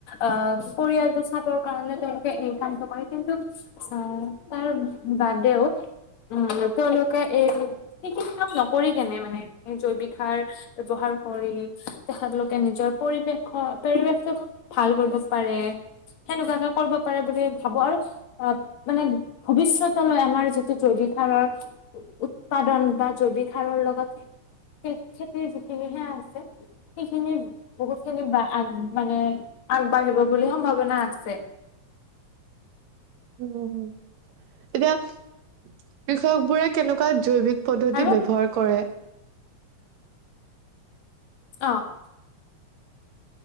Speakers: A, on the left; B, on the right.
A: আহ পৰিয়ালটো চাবৰ কাৰণে তেওঁলোকে এই কামটো কৰে কিন্তু অ তাৰবাদেও অ তেওঁলোকে এই যি সেইখিনি কাম নকৰি কেনে মানে জৈৱিক সাৰ ব্যৱহাৰ কৰি তেখেতলোকে নিজৰ পৰিৱেশ অ পৰিবেশটোতো ভাল কৰিব পাৰে, খেনেকোৱা কৰিব পাৰে বুলি ভাবো আৰু অ মানে ভৱিষ্যতলৈ আমাৰ যিটো জৈৱিক সাৰৰ উৎপাদন বা জৈৱিক সাৰৰ লগত সেই খেতিৰ যিখিনি সেয়া আছে সেইখিনি বহুত খিনি মানে আগবাঢ়িব বুলি সম্ভাৱনা আছে।
B: উম, এতিয়া কৃষক বোৰে কেনেকুৱা জৈৱিক পদ্ধতি
A: আৰু
B: ব্যৱহাৰ কৰে।
A: অঁ